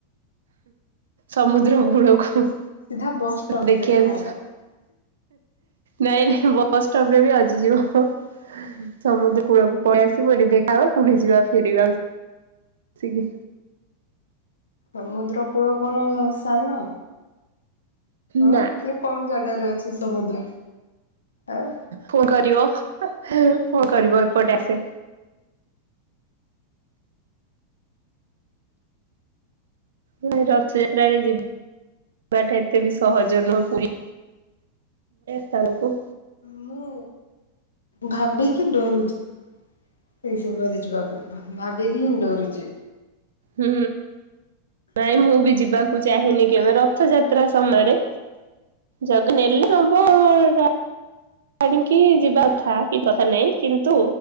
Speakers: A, on the right; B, on the left.
A: ସମୁଦ୍ର କୂଳକୁ
B: ସିଧା ବସ୍ ଷ୍ଟପ୍
A: ଦେଖି
B: ଦେଖାହେବା।
A: ଆସି ନାଇଁ ନାଇଁ ବସ୍ ଷ୍ଟପ୍ ରେ ହଜି ଯିବ। ସମୁଦ୍ର କୂଳକୁ ପଳେଇ ଆସିବ ଏଠି ଦେଖାବା ପୁଣି ଯିବା ଫେରିବା। ସିକି
B: ସମୁଦ୍ର କୂଳ କଣ ସାନ? ହଁ
A: ନା
B: ଟିକ୍ କମ ଜାଗାରେ ଅଛି। ସମୁଦ୍ର ଆଉ
A: ଫୋନ କରିବ। କଣ କରିବ ଏପଟେ ଆସେ ନ ରଥଯାତ୍ରାରେ ଯିବା ଯିବାଟା ଏତେ ବି ସହଜ ନୁହଁ ପୁରୀ ସ୍ଥାନକୁ।
B: ମୁଁ ଭାବିକି ଡରୁଚ ସେଇ ସମୟରେ ଯିବାକୁ ଭା ଭାବି କି ହିଁ ଡରୁଚି।
A: ହୁଁ। ନାଇଁ ମୁଁ ବି ଯିବାକୁ ଚାହେଁନି କେବେ ରଥଯାତ୍ରା ସମୟରେ ଜଗା ନେଲେ ନବ ଆଉ ଆଣିକି ଯିବା କଥା କିଛି କଥା ନହିଁ କିନ୍ତୁ